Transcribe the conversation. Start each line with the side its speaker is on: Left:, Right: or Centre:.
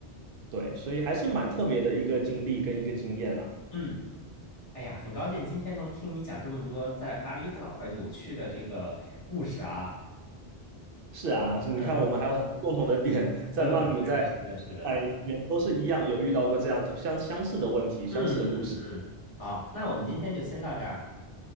Right: 对，所以还是蛮特别的一个经历跟一个经验啦。
Left: 嗯，哎呀，很高兴今天能听你讲这么多在巴厘岛的有趣的这个故事啊。
Right: 是啊，你看我们还有很多共同的点，
Left: 嗯，
Right: 在曼谷在，
Left: 呃，是的，是的，是的。
Right: 在这边都是一样，有遇到过这样相相似的问题，相似的故事。
Left: 嗯嗯嗯，好，那我们今天就先到这儿。